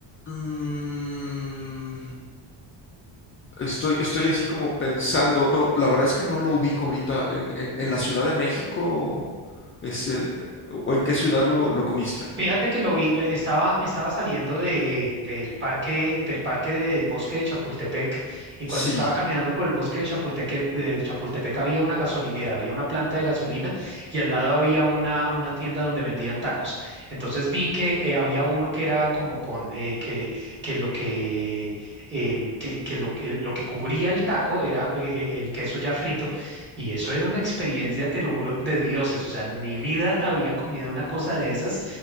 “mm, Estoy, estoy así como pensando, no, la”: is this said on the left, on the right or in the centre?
Left